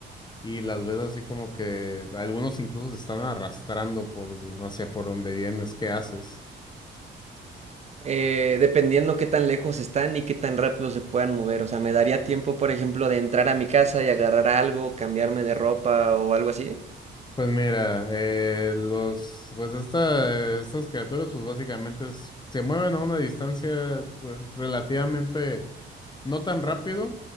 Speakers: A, on the left; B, on the right.
A: y las ves así como que algunos incluso se están arrastrando por hacia por donde vienes, ¿qué haces?
B: eh, dependiendo qué tan lejos están y qué tan rápido se puedan mover. O sea, me daría tiempo, por ejemplo, de entrar a mi casa y agarrar algo, cambiarme de ropa o algo así.
A: Pues mira, eh, los pues esta, estas criaturas pues básicamente es- se mueven a una distancia pues relativamente No tan rápido,